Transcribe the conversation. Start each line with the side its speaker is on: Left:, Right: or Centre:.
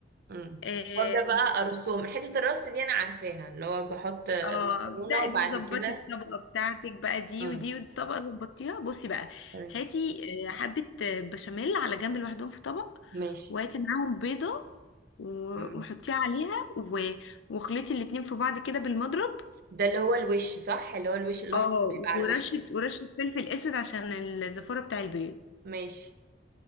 Right: مم.
Left: آه،
Right: وابدا بقى ارسم حته الرص دي انا عارفاها اللي هو بحط
Left: اه
Right: مكرونه
Left: دعي
Right: وبعد
Left: بقى ظبطي
Right: كده
Left: الطبقة بتاعتك بقى دي
Right: مم.
Left: ودي والطبقة ظبطيها بصي بقى
Right: تمام
Left: هاتي آه، حبة آه، بشاميل على جنب لوحدهم في طبق
Right: ماشي
Left: وهاتي معاهم بيضة و-
Right: مم.
Left: وحطيها عليها و- واخلطي الاتنين في بعض كده بالمضرب
Right: ده اللي هو الوش صح اللي هو الوش الاحمر
Left: اه
Right: اللي بيبقى على
Left: ورشة
Right: الوش ده
Left: ورشة فلفل اسود عشان الزفارة بتاع البيض
Right: ماشي